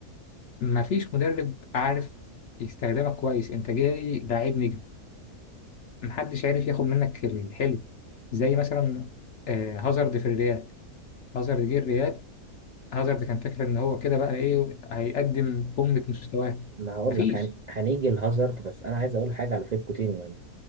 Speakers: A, on the left (about 65°); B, on the right (about 65°).
A: ما فيش مدرب عارف يستخدمك كويس انت جاي لعيب نجم محدش عارف ياخد منك الحلو زي مثلا آه، هازارد في الريال هازارد جه الريال هازارد كان فاكر ان هو كده بقى ايه هيقدم قمه مستواه
B: ما هقول
A: مفيش
B: لك هن... هنيجي لهازارد بس أنا عايز أقول حاجة على فليب كوتينيو يعني